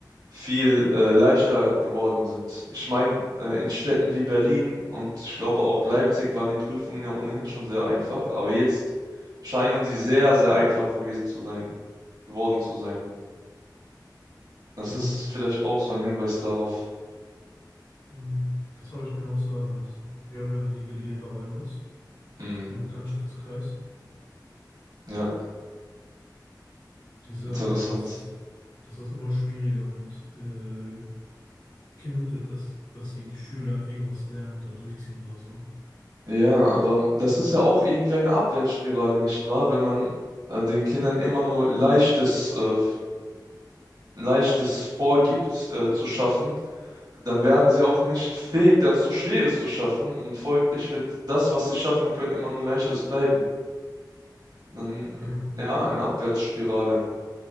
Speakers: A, on the right; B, on the left.
A: viel äh, leichter geworden sind. Ich meine, äh, in Städten wie Berlin und ich glaube auch Leipzig waren die Prüfungen ja ohnehin schon sehr einfach, aber jetzt scheinen sie sehr, sehr einfach gewesen zu sein, geworden zu sein. Das
B: Ja,
A: ist vielleicht auch so ein Hinweis darauf.
B: mm, das habe ich mir auch sagen lassen. Wir haben ja einige Lehrer bei uns
A: Hm,
B: im Bekanntschaftskreis,
A: ja,
B: die sagen
A: interessant.
B: auch, dass das, dass das immer schwieriger wird, äh, kind, äh, dass, dass die Schüler irgendwas lernen oder durchziehen oder so.
A: Ja, aber das ist ja auch irgendwie eine Abwärtsspirale, nicht wahr? Wenn man äh, den Kindern immer nur Leichtes, äh, Leichtes vorgibt, äh, zu schaffen, dann werden sie auch nicht fähig dazu, Schweres zu schaffen und folglich wird das, was sie schaffen können, immer nur Leichtes bleiben. Dann,
B: Ja,
A: ja, eine Abwärtsspirale.